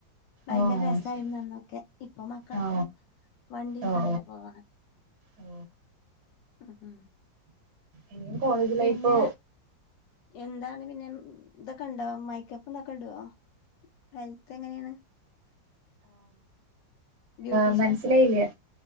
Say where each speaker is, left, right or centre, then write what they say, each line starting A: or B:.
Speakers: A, on the left; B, on the right.
A: ഭയങ്കര
B: ഓ
A: രസമായിരുന്നു
B: ശരി
A: അന്നൊക്കെ ഇപ്പൊ മക്കളൊക്കെ
B: ഓ
A: വണ്ടിയിലാണല്ലേ
B: ഓ ഓ
A: പോകുന്നത്
B: ഓ
A: ഉം ഉം
B: ഇനിയും കോളേജ് ലൈഫോ
A: പിന്നെ എന്താണ് പിന്നെ ഇതൊക്കെ ഇണ്ടോ മൈക്കപ്പന്തൊക്കെ ഇടുവോ? ഹെൽത്ത് എങ്ങനെയാണ്? ബ്യൂട്ടീഷ്യൻ
B: മനസ്സിലായില്ല
A: ഒക്കെ